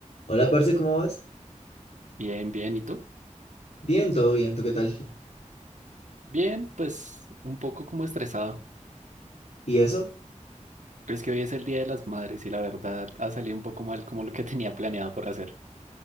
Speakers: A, on the left (about 60°); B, on the right (about 70°).
A: Hola, parce, ¿cómo vas?
B: Bien, bien. ¿Y tú?
A: Bien, todo bien, ¿tú qué tal?
B: Bien, pues un poco como estresado.
A: ¿Y eso?
B: Es que hoy es el Día de las Madres y la verdad ha salido un poco mal como lo que <laughs> tenía planeado por hacer.